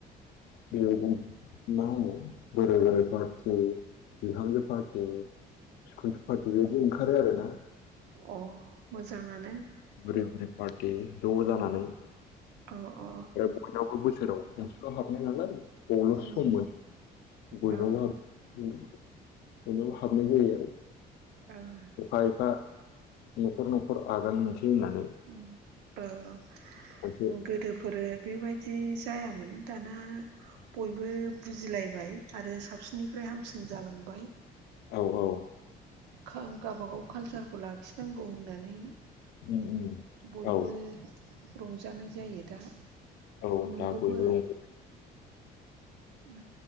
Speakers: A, on the left; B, on the right.
A: बेयाव मा होनो बोराय बोराय पार्टि बिहामजो पार्टि खुनजु पार्टि बो बिदि ओंखारो आरो ना?
B: अ मोजाङानो
A: बोराय बुरि पार्टि ज'
B: उम
A: जानानै
B: औ औ
A: बयनावबो बोसोराव मोनसेल' हाबनाय नालाय बबेबा
B: उम
A: सममोन बयनावबो
B: औ
A: हाब उम बयनावबो हाबनाय जायो आरो
B: आ
A: एफा एफा न'खर न'खर आगान मोनसै होननानै
B: उम ओ
A: खनसे
B: गोदोफोरो बेबायद दि जायामोन दाना बयबो बुजिलायबाय आरो साबसिननिफ्राय हामसिन जालांबाय
A: औ औ
B: खा गावबा गाव खालसारखौ लाखिनांगौ होननानै
A: उम उम
B: बयबो
A: औ
B: रंजानाय जायो दा
A: औ
B: नोंगौबो
A: दा बयबो रंजा
B: ओ